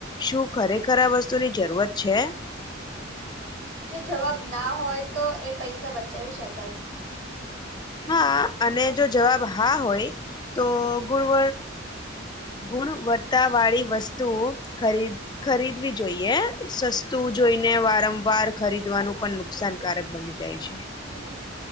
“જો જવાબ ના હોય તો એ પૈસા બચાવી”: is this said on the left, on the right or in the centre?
Right